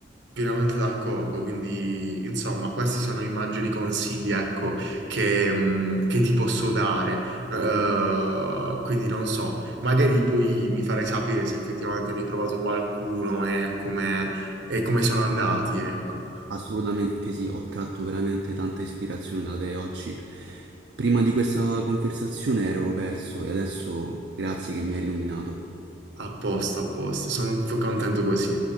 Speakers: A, on the right (about 75°); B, on the right (about 60°).
A: pienamente d'accordo. Quindi, insomma, questi sono i maggiori consigli, ecco, che, mh, che ti posso dare. Eh, quindi non so, magari poi mi farai sapere se effettivamente ne hai provato qualcuno e come, e come sono andati, ecco.
B: Assolutamente sì, ho tratto veramente tanta ispirazione da te oggi. Prima di questa conversazione ero perso e adesso grazie che mi hai illuminato.
A: A posto, a posto. Sono contento così.